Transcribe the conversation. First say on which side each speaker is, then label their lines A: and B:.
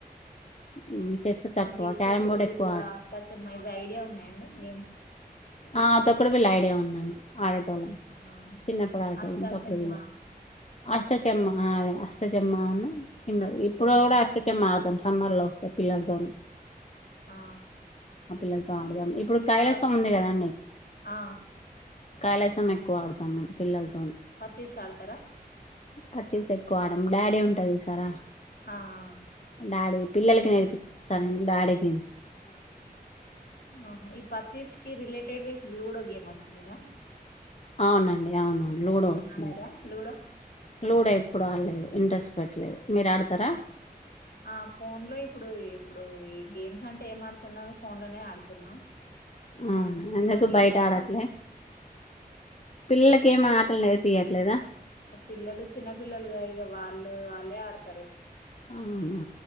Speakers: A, on the left; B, on the left.
A: <unintelligible> తక్కువ
B: అవి తొక్కుడు
A: క్యారమ్ బోర్డ్
B: బిల్ళ
A: ఎక్కువ ఆడ
B: అష్టాచెమ్మా ఇవి ఐడియా ఉన్నాయండి గేమ్స్
A: ఆ తొక్కడు బిళ్ళ ఐడియా ఉందండి ఆడే టోల్లం
B: ఆ
A: చిన్నప్పుడు ఆడేటోల్లం
B: అష్టాచెమ్మ
A: తొక్కుడు బిళ్ళ అష్టాచమ్మా అ అదే అష్టాచమ్మను ఇన్డ్డు
B: అగ్గి
A: ఇప్పుడు
B: అని
A: కూడా అష్టాచమ్మా ఆడుతాం. సమ్మర్లో వస్తాయి పిల్లలతోని
B: ఆ
A: ఆ పిల్లల్ అడుదం ఇప్పుడు
B: ఈ
A: కైలస్తం
B: పచ్చి
A: ఉంది కదండి
B: ఆ
A: కైళసం ఎక్కువ ఆడుతాను పిల్లల తొ
B: పచ్చిస్ ఆర్ తరా
A: పచ్చిస్ ఎక్కువ ఆడ డాడీ ఉంట చూసారా
B: ఆఆ
A: డాడీ పిల్లలకి నేర్పిస్తా నేను డాడీకి
B: ఆహ ఈ పచ్చస్కి రిలేట్ ఎట్ట్డగా ఇప్పుడు లూడో గేమ్ వచ్చందిగా
A: అవునండి అవునం లూడో ఒచ్చింది
B: ఆడారా లూడో
A: లూడో ఎప్పుడు ఆడలేదు ఇంట్రెస్ట్ పెట్టలేదు మీరు ఆడతారా
B: ఆ ఫోన్ లో ఇప్పుడూ ఇ ఇప్పుడు ఈ గేమ్స్ అంటే ఏం ఆడుతున్నారు ఫోన్ లోనే ఆడుతున్నాం
A: అవునా
B: లూడో
A: ఎందుకు
B: గేమ్
A: బయట
B: అంటే?
A: ఆడట్లే పిల్లలకి ఏం ఆటలు నేర్పియట్లేదా
B: పిల్లలు చినపిల్లలుగా ఇగ వాళ్ళు వాళ్ళే ఆడతరు
A: అవునా